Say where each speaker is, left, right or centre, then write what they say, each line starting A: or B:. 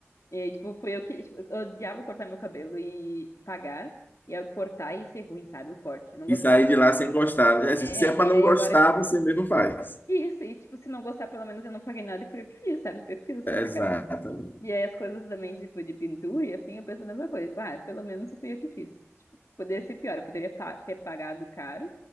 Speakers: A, on the left; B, on the left.
A: E aí, tipo, fui eu que, tipo, eu odiava cortar meu cabelo e pagar, e eu cortar e ser ruim, sabe, o corte, não gostava.
B: E saí de lá sem gostar. né, Assim,
A: É,
B: se é para
A: e
B: não
A: aí
B: gostar,
A: agora, tipo,
B: você mesmo faz.
A: isso, e tipo, se não gostar, pelo menos eu não paguei nada e fui eu que fiz, sabe, fui eu que fiz essa
B: Exatamente.
A: cagada. E aí as coisas também, tipo, de pintura e afim, eu penso a mesma coisa, tipo, ah, pelo menos fui eu que fiz. Tipo, poderia ser pior, eu poderia pa- ter pagado caro